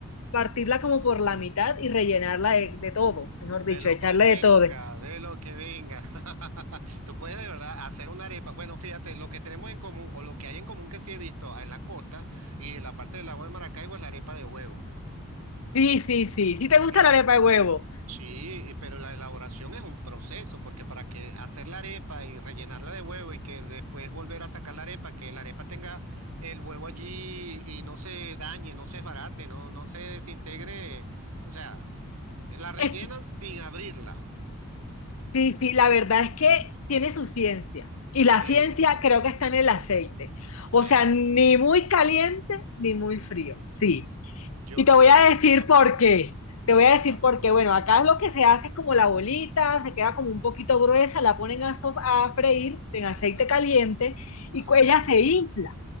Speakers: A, on the left (about 65°); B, on the right (about 85°).
A: partirla como por la mitad y rellenarla de, de todo, mejor dicho,
B: de lo
A: echarle
B: que venga,
A: de todo.
B: de lo que venga. <laughs> Tú puedes de verdad hacer una arepa. Bueno, fíjate, lo que tenemos en común o lo que hay en común que sí he visto en la costa y en la parte del lago de Maracaibo es la arepa de huevo.
A: Sí, sí, sí. Si te gusta
B: Y la,
A: la arepa de huevo.
B: sí, y- pero la elaboración es un proceso, porque para que hacer la arepa y rellenarla de huevo y que después volver a sacar la arepa, que la arepa tenga el huevo allí y no se dañe, no se farate, no, no se desintegre. O sea, la rellenan
A: Es que,
B: sin abrirla.
A: sí, sí, la verdad es que tiene su ciencia. Y la
B: Sí.
A: ciencia creo que está en el aceite.
B: ¿Será?
A: O sea, ni muy caliente ni muy frío. Sí.
B: Yo
A: Y
B: no
A: te voy
B: la
A: a
B: sé hacer
A: decir
B: así.
A: por qué. Te voy a decir
B: Ah,
A: por qué. Bueno, acá lo que se hace es como la bolita, se queda como un poquito gruesa, la ponen a, so- a freír en aceite
B: ah,
A: caliente y
B: ajá,
A: cu- ella se infla.